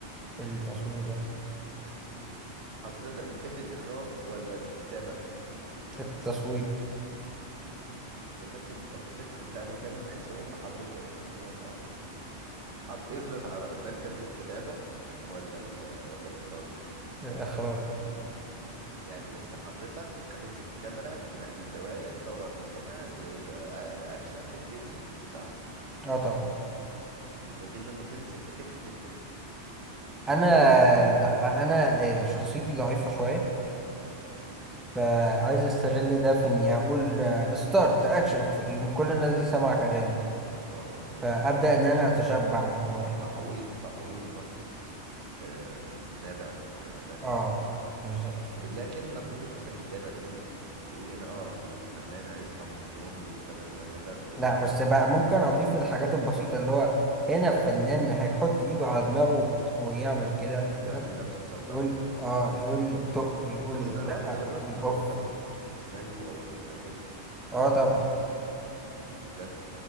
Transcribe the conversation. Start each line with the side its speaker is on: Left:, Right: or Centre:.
Centre: التصوير يعني
Right: حضرتك بتحب الإخراج ولا الكتابة
Centre: التصوير
Right: يا فندم انت مش لسه انت ما تجننش أم حضرتي يا فندم لو سمحت حض... اثبت على رأيك حضرتك تحب الكتابة ولا ال... ولا الإخراج
Centre: الاخراج
Right: يعني انت حضرتك هتمسك الكاميرا تنقي الزوايا تصور من هنا يس- أ- أ- اكشن نبتدي صح
Centre: اه طبعا
Right: م- لكن ما تحبش انت تكتب فيلم تكتب
Centre: انا
Right: كده ادوار تكتب
Centre: لا انا آه، شخصيتي ضعيفه شويه
Right: م?
Centre: فعايز استغل ده في اني اقول ستارت اكشن يقوم كل الناس دي سامعه
Right: اه
Centre: كلامي
Right: اه اه فهمت
Centre: فابدا
Right: حضرتك
Centre: ان انا اتشبع من جوايا
Right: تعويض تعويض نقص آه نابع فيك انا فاهم
Centre: اه
Right: حضرتك
Centre: بالظبط كده
Right: لكن ما تحبش مثلا كتابة تقول تقول هنا اه الفنان هيصحى من النوم يقول كذا كذا كذا ترد
Centre: لا
Right: عليه
Centre: بس
Right: مراته
Centre: بقى ممكن اضيف الحاجات البسيطه اللي هو هنا الفنان هيحط ايده على دماغه ويعمل كده
Right: يعمل نفسه مصدع
Centre: يقول
Right: اه
Centre: اه
Right: تمام
Centre: يقول تق يقول
Right: طب جربت
Centre: لا
Right: جربت
Centre: يقول
Right: حضرتك
Centre: اوف
Right: قبل كده تكتب سيناريو او فكرة الفيلم
Centre: اه طبعا
Right: بجد